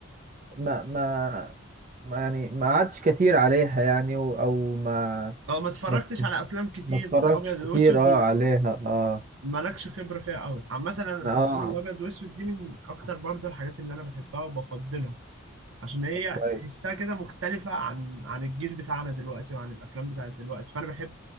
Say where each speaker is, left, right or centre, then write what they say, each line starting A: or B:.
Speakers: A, on the right; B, on the right.
A: ما ما ما يعني ما قعدتش كتير عليها يعني و- أو ما
B: اه ما اتفرجتش
A: ما ف-
B: على افلام كتير
A: ما اتفرجتش
B: ابيض
A: كتير
B: واسود
A: أه عليها أه
B: ومالكش خبره فيها قوي عامه انا الافلام
A: ما أه
B: الابيض واسود دي من اكتر برضه الحاجات اللي انا بحبها وبفضلها عشان هي
A: كويس
B: تحسها كده مختلفة عن عن الجيل بتاعنا دلوقتي وعن الأفلام بتاعت دلوقتي فأنا بحب